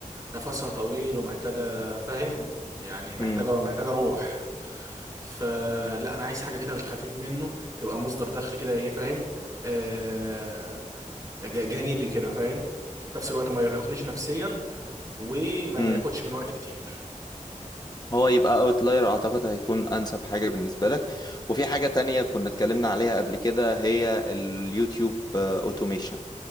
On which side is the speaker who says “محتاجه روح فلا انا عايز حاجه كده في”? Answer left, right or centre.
Right